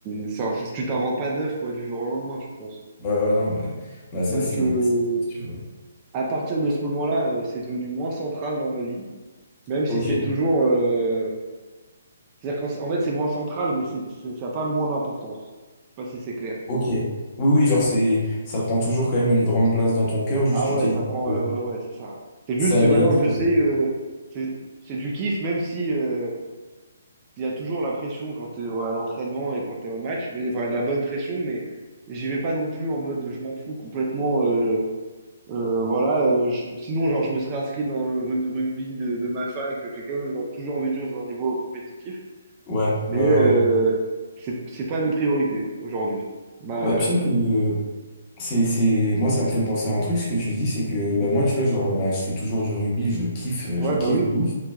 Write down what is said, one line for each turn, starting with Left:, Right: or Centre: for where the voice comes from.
Right: c'est- c'est un- tu t'inventes pas neuf quoi, du jour au lendemain, je pense.
Left: ouais, ouais, non, bah, bah
Right: Donc,
Left: ça c'est
Right: euh,
Left: c'est sûr. ouais.
Right: à partir de ce moment-là, euh, c'est devenu moins central dans ma vie, même
Left: Ok,
Right: si c'est toujours. euh, C'est-à-dire qu'en en fait, c'est moins central, mais c'est, c'est- ça n'a pas moins d'importance. Je sais pas si c'est clair.
Left: ok. Oui, oui, genre c'est ça prend toujours quand même une grande place dans ton cœur, juste
Right: Ah
Left: tu
Right: ouais,
Left: t'es
Right: ça
Left: dit
Right: prend.
Left: que
Right: euh, ouais, ouais, c'est ça. C'est
Left: ça
Right: juste
Left: allait
Right: que maintenant,
Left: être.
Right: je sais,
Left: euh,
Right: euh, c'est c'est du kiff, même si euh, il y a toujours la pression quand t'es à l'entraînement et quand t'es au match. Mais, enfin, de la bonne pression, mais j'y vais pas non plus en mode je m'en fous complètement. euh, euh, voilà, euh, je- sinon, genre, je me serais inscrit dans le rug- rugby de, de ma fac. J'ai quand même toujours envie de jouer dans un niveau compétitif,
Left: Ouais,
Right: mais
Left: ouais, ouais.
Right: euh,
Left: ouais.
Right: c'est c'est pas mes priorités aujourd'hui. Ma,
Left: Bah tu sais que euh, c'est, c'est... moi ça me fait penser à un truc, ce que tu dis, c'est que bah moi tu vois, genre bah je fais toujours du rugby, je kiffe, euh,
Right: Ouais,
Left: je kiffe
Right: bah oui.
Left: de ouf.